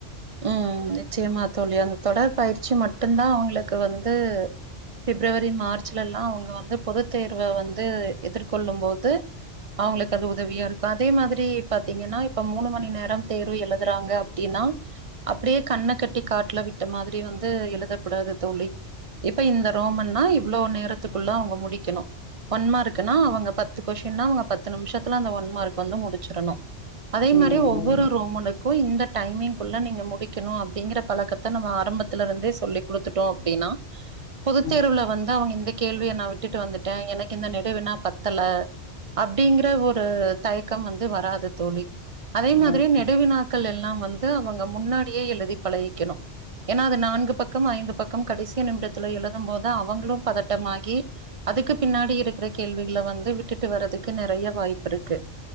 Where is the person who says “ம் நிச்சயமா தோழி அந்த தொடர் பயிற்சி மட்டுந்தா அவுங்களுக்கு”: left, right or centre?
Right